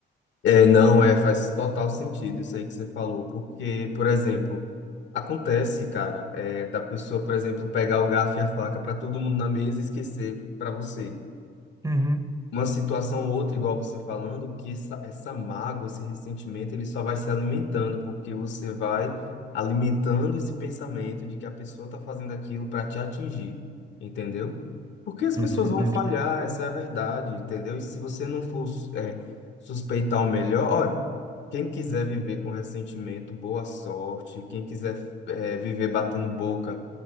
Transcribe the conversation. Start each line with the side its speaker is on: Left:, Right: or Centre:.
Left: É, não, é, faz total sentido isso aí que você falou, porque, por exemplo, acontece, cara, é, da pessoa, por exemplo, pegar o garfo e a faca para todo mundo na mesa e esquecer para você.
Right: Uhum,
Left: uma situação ou outra, igual você falando, que essa, essa mágoa, esse ressentimento, ele só vai se alimentando, porque você vai alimentando esse pensamento de que a pessoa está fazendo aquilo para te atingir, entendeu? Porque as pessoas
Right: uhum,
Left: vão
Right: uhum.
Left: falhar, essa é a verdade, entendeu? E se você não for, é, suspeitar o melhor, olha, quem quiser viver com ressentimento, boa sorte, quem quiser, é, viver batendo boca,